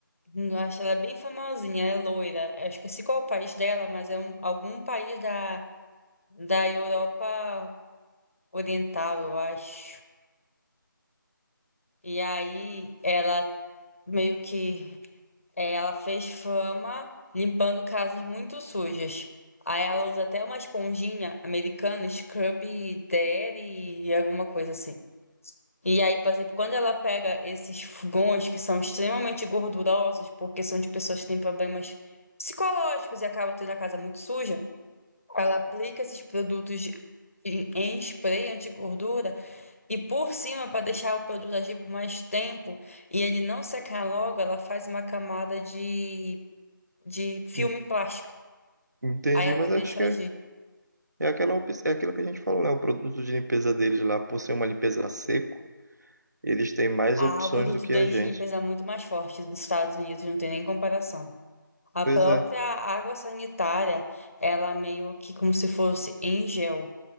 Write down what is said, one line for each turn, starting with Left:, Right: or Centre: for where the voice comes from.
Left: Eu acho ela é bem famosinha, é loira. Eu esqueci qual é o país dela, mas é um- algum país da, da Europa Oriental, eu acho. E aí ela meio que é, ela fez fama limpando casas muito sujas. Aí ela usa até uma esponjinha americana, Scrub Daddy e alguma coisa assim. E aí, por exemplo, quando ela pega esses fogões que são extremamente gordurosos, porque são de pessoas que têm problemas psicológicos e acabam tendo a casa muito suja, ela aplica esses produtos de- em, em spray anti-gordura e por cima, para deixar o produto agir por mais tempo e ele não secar logo, ela faz uma camada de, de filme
Right: en-
Left: plástico.
Right: entendi,
Left: Aí ela
Right: mas
Left: deixa
Right: acho que
Left: agir.
Right: é, é aquela, op- é aquilo que a gente falou, né? O produto de limpeza deles lá, por ser uma limpeza a seco, eles têm mais
Left: Ah,
Right: opções
Left: o produto
Right: do que
Left: deles
Right: a gente.
Left: de limpeza é muito mais forte dos Estados Unidos, não tem nem comparação. A
Right: Pois
Left: própria
Right: é,
Left: água sanitária, ela é meio que como se fosse em gel.